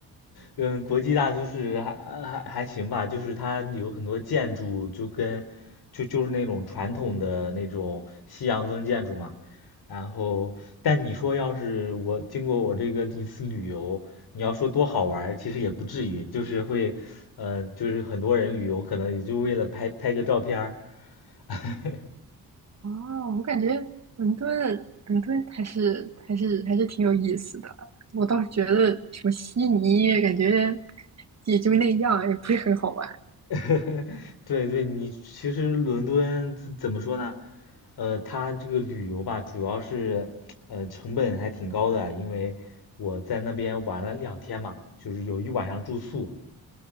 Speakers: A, on the left (about 70°); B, on the right (about 40°).
A: 嗯，国际大都市还还还行吧，就是它有很多建筑就跟就就是那种传统的那种西洋风建筑嘛。然后，但你说要是我经过我这个一次旅游，你要说多好玩儿其实也不至于，就是会，嗯，就是很多人旅游可能也就为了拍拍个照片儿。<laughs>
B: 哦，我感觉伦敦伦敦还是还是还是挺有意思的。我倒是觉得什么悉尼，感觉也就那样，也不是很好玩。
A: <laughs> 对对，你其实伦敦怎怎么说呢？呃，它这个旅游吧，主要是呃成本还挺高的啊，因为我在那边玩了两天嘛，就是有一晚上住宿，